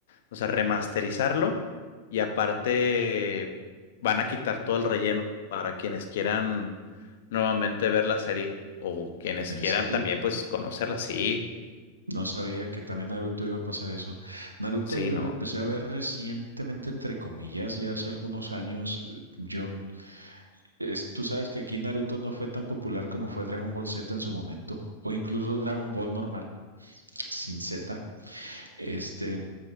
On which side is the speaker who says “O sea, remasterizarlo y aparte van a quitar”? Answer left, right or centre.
Left